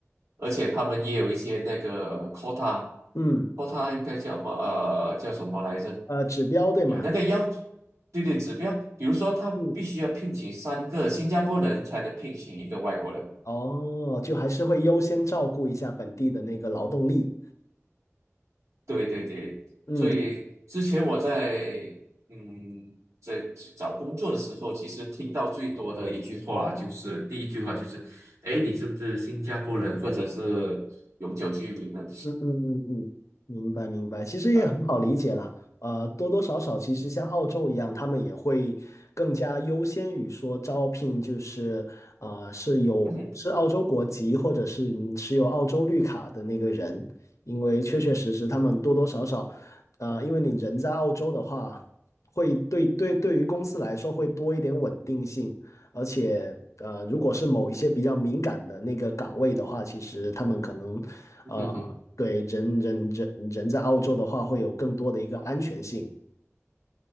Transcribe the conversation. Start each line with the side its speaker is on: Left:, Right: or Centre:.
Right: 而且他们也有一些那个 quota，quota
Left: 嗯，
Right: 应该叫什么？呃，叫什么来着？
Left: 呃，指标对吗？
Right: 有那个要，对对，指标，比如说他必须要聘请三个新加坡人才能聘请一个外国人。
Left: 嗯，哦，就还是会优先照顾一下本地的那个劳动力。
Right: 对对对，
Left: 嗯
Right: 所以之前我在嗯在找工作的时候，其实听到最多的一句话就是第一句话就是，哎，你是不是新加坡人或者是永久居民呢？
Left: 嗯嗯嗯嗯，明白明白，其实也很好理解啦。
Right: 啊，
Left: 呃，多多少少，其实像澳洲一样，他们也会更加优先于说招聘，就是啊、呃是有是澳洲国籍或者是你持有澳洲绿卡的那个人，
Right: 嗯
Left: 因为确确实实他们多多少少，呃，因为你人在澳洲的话，会对对对于公司来说会多一点稳定性，而且呃，如果是某一些比较敏感的那个岗位的话，其实他们可能呃，
Right: <laughs>
Left: 对人人人人在澳洲的话，会有更多的一个安全性。